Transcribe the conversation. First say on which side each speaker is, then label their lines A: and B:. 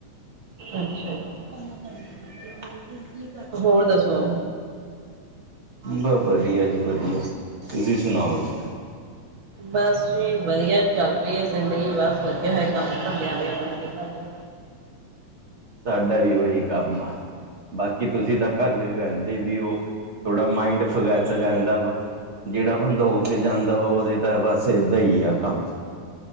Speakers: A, on the right (about 50°); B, on the right (about 70°).
A: ਅੱਛਾ। ਜੀ
B: ਕੰਮਾਂ ਕਰਦੀਆਂ ਤੇ ਮੈਂ ਕਿਉਕਿ,
A: ਹੋਰ ਦੱਸੋ?
B: ਬ ਵਧੀਆ ਜੀ ਵਧੀਆ ਤੁਸੀਂ ਸੁਣਾਓ ਜੀ?
A: ਬਸ ਜੀ ਵਧੀਆ ਚੱਲ ਰਹੀ ਜ਼ਿੰਦਗੀ ਬਸ ਲੱਗਿਆ ਕੰਮ ਧੰਦਿਆਂ ਤੇ ਆਪਣੇ ਤੇ ਘਰਦੇ।
B: ਸਾਡਾ ਵੀ ਉਹੀ ਕੰਮ ਆ। ਬਾਕੀ ਤੁਸੀਂ ਤਾਂ ਘਰੇ ਰਹਿੰਦੇ ਵੀ ਉਹ ਥੋੜਾ ਮਾਈੰਡ ਫਰੈਸ ਰਹਿਦਾ ਵਾ। ਜਿਹੜਾ ਬੰਦਾ ਆਫਿਸ ਜਾਂਦਾ ਵਾ ਉਹਦੇ ਤਾਂ ਬਸ ਏਦਾਂ ਹੀ ਆ ਕੰਮ